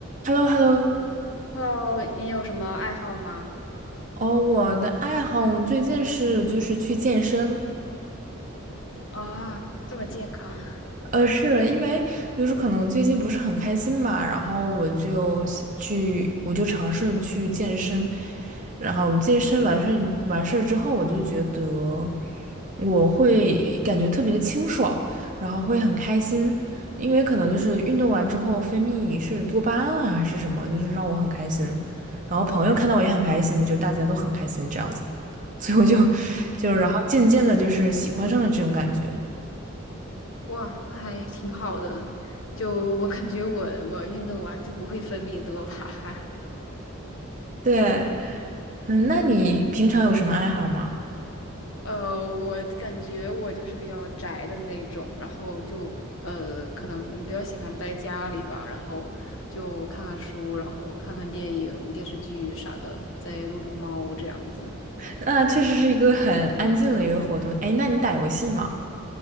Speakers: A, on the right; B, on the left.
A: h e l l o h e l l o
B: Hello，你有什么爱好吗？
A: 哦，我的爱好最近是就是去健身，
B: 啊，这么健康，
A: 呃，是因为就是可能最近不是很开心吧，然后我就想去，我就尝试去健身，然后健身完事完事儿之后，我就觉得我会感觉特别的清爽，然后会很开心，因为可能就是运动完之后分泌是多巴胺啊，还是什么，就是让我很开心，然后朋友看到我也很开心，就大家都很开心这样子，所以我就 <laughs> 就然后渐渐的就是喜欢上了这种感觉。
B: 哇，那还挺好的。就我感觉我我运动完就不会分泌多巴胺，
A: 对，嗯，那你平常有什么爱好吗？
B: <laughs> 呃，我感觉我就是比较宅的那种，然后就呃可能比较喜欢待家里吧，然后就看看书，然后看看电影、电视剧啥的，再撸撸猫这样子。
A: 那确实是一个很安静的一个活动。哎，那你打游戏吗？